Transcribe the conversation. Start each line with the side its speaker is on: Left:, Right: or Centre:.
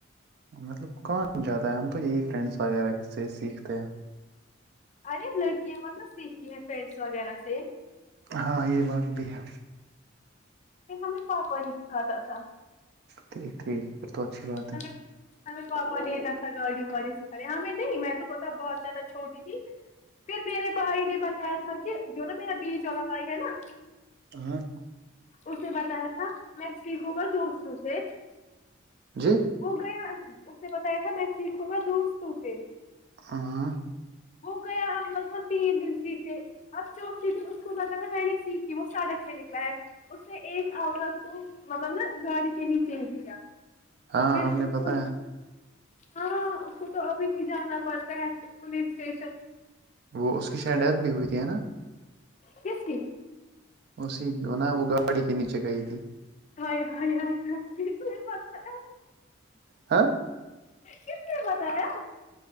Right: مطلب کون جاتا ہے ہم تو یہی فرینڈس وغیرہ کے سے سیکھتے ہیں
Left: ارے لڑکیاں مطلب سیکھتی ہیں فرینڈس وغیرہ سے
Right: ہاں یہ بات بھی ہے
Left: نہیں ہمیں پاپا ہی سکھاتا تھا
Right: ٹھیک ٹھیک پھر تو اچھی بات
Left: ہم
Right: ہے
Left: ہمیں پاپا نے اتنا سا گاڑی واڑی سکھایا ہمیں نہیں میں تو پتا بہت زیادہ چھوٹی تھی پھر میرے بھائی نے بتایا تھا کہ جو نا میرا بیچ والا بھائی ہے نا
Right: ہاں
Left: اس نے بتایا تھا میں سیکھوں گا دوستوں سے
Right: جی
Left: وہ گیا اس نے بتایا تھا میں سیکھوں گا دوستوں سے
Right: ہاں
Left: ہو گیا ہم لگ بهگ تین دن سیکھے اب چوتھے دن اس کو بتا ہے میں نے سیکھی وہ ساڑک پہ نکلا ہے اس نے ایک عورت کو مطلب نا گاڑی کے نیچے ہی دیا
Right: ہاں
Left: پھر
Right: آپ
Left: اس
Right: نے بتایا
Left: کو ہاں اس کو تو ابھی بھی جانا پڑتا ہے پولیس اسٹیشن
Right: وہ اس کی شاید ڈیت بھی ہوئی تھی ہے نا
Left: کس کی
Right: اسی جو نا وہ گاڑی کے نیچے گئی تھی
Left: ہائے ہائے ہائے ہاے کس نے بتایا ہے
Right: ہاں
Left: کس نے بتایا